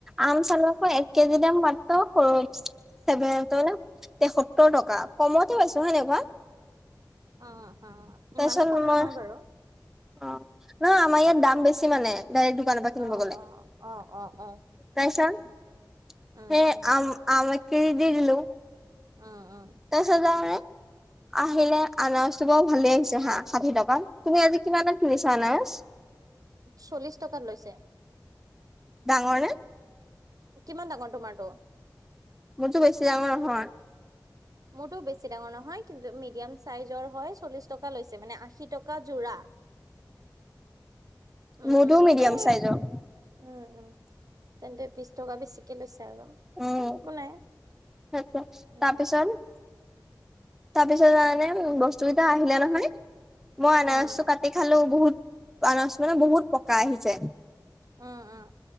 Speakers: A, in the centre; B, on the right.
A: আম চাম আকৌ এক কেজি দাম মাত্ৰ <unintelligible> তেসত্তৰ টকা কমতে পাইছো হৈ নাই কোৱা?
B: অ', অ',
A: তাৰপিছত
B: ইমানো কম
A: মই
B: নহয় বাৰু।
A: অ', নহয় আমাৰ ইয়াত দাম বেছি মানে। ডাইৰেক্ট দোকানৰ পৰা কিনিব
B: অ',
A: গ'লে
B: অ', অ', অ', অ',
A: তাৰপিছত সে
B: উম উম
A: আম আম এক কেজি দি দিলো।
B: অ', অ',
A: তাৰপিছত আৰু আহিলে আনাৰসটো বাৰু ভালেই আহিছে হাঁ, ষাঠিটকা তুমি আজি কিমানাত কিনিছা আনাৰস?
B: চল্লিশ টকাত লৈছে।
A: ডাঙৰ নে?
B: কিমান ডাঙৰ তোমাৰটো?
A: মোৰটো বেছি ডাঙৰ নহয়।
B: মোৰটো বেছি ডাঙৰ নহয়, কিন্তু মিডিয়াম চাইজৰ হয় চল্লিশ টকা লৈছে, মানে আশী টকা যোৰা। উম
A: মোৰটো মিডিয়াম
B: মানে
A: চাইজৰ।
B: উম, উম, তেন্তে বিশ টকা বেছিকে লৈছে আৰু
A: উম
B: ন' একো নাই।
A: <unintelligible>
B: উম
A: তাৰপিছত তাৰপিছত জানেনে বস্তু কেইটা আহিলে নহয়, মই আনাৰসটো
B: উম উম
A: কাটি খালো বহুত আনাৰস মানে বহুত পকা আহিছে।
B: উম উম